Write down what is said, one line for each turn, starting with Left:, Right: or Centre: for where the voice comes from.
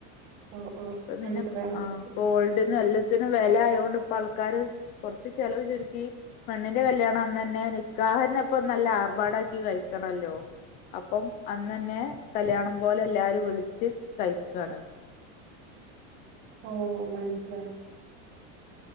Right: ഓ ഓ
Left: ഇപ്പം
Right: മനസ്സിലായി
Left: പിന്നെ
Right: മനസ്സിലായി
Left: ആ ഗോൾഡിന് നല്ല ത്തിന് വില ആയൊണ്ട് ഇപ്പ ആൾക്കാാര് കുറച്ച് ചെലവ് ചുരുക്കി പെണ്ണിന്റെ കല്യാണം അന്ന് തന്നെ നിക്കാഹന്നെപ്പം നല്ല ആർഭാടാക്കി കഴിക്കണല്ലോ അപ്പം അന്ന് തന്നെ കല്യാണം പോലെ എല്ലാരും വിളിച്ച് കഴിക്കാണ്
Right: ഓഓ മനസ്സില